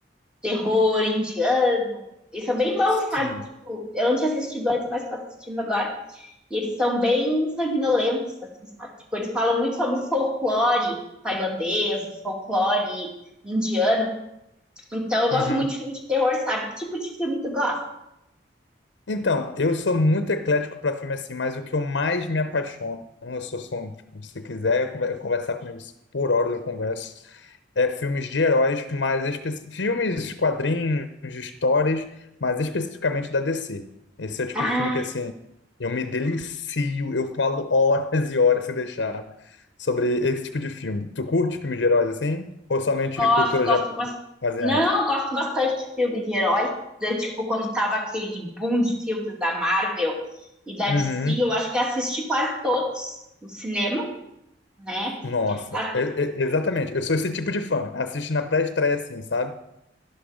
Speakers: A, in the centre; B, on the left.
A: terror indiano. Eles são bem bons,
B: sim.
A: sabe? Tipo, eu não tinha assistido antes, mas tô assistindo agora. E eles são bem sanguinolentos, assim, sabe? Tipo, eles falam muito sobre o folclore tailandês, o folclore indiano Então eu gosto
B: Uhum.
A: muito de filme de terror, sabe? Que tipo de filme tu gosta?
B: Então, eu sou muito eclético para filme assim, mas o que eu mais me apaixono, eu sou, sou um, tipo, se quiser eu conversar comigo por horas eu converso, é filmes de heróis, mas espe- filmes, quadrinhos, histórias, mas especificamente da DC. Esse é o tipo
A: Ah,
B: de filme que assim, eu me delicio, eu falo horas e horas se deixar sobre esse tipo de filme. Tu curte filmes de heróis assim ou somente
A: gosto,
B: cultura
A: gosto,
B: jap-
A: gosto.
B: asiática?
A: Não, eu gosto bastante de filme de herói. Eu, tipo, quando tava aquele boom de filmes da Marvel e da
B: Uhum.
A: DC, eu acho que assisti quase todos no cinema, né?
B: Nossa,
A: Ah,
B: é- é- exatamente. Eu sou esse tipo de fã. Assiste na pré-estreia, assim, sabe?